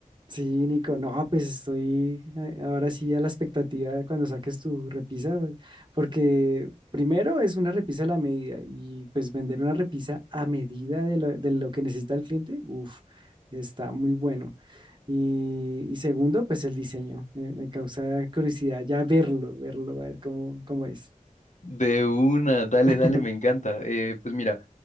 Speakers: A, on the right; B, on the left.
A: Sí, Nico, no, pues estoy eh, ahora sí a la expectativa de cuando saques tu repisa, güey, porque primero es una repisa a la medida y pues vender una repisa a medida de lo, de lo que necesita el cliente, uff, está muy bueno. Y, y segundo, pues el diseño, eh, me causa curiosidad ya verlo, verlo, a ver cómo, cómo es.
B: De una, dale,
A: <laughs>
B: dale, me encanta. Eh, pues mira,